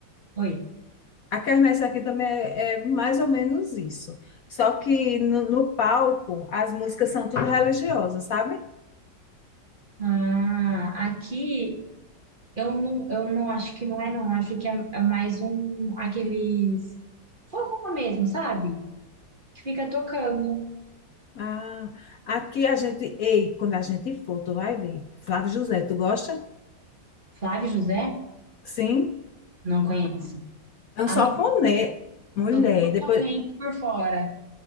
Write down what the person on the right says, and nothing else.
Oi.
Ah, aqui eu não, eu não acho que não é, não. Acho que é, é mais um aqueles forró mesmo, sabe? Que fica tocando.
Flávio José?
Não conheço.
Amigo,
tô totalmente
por fora.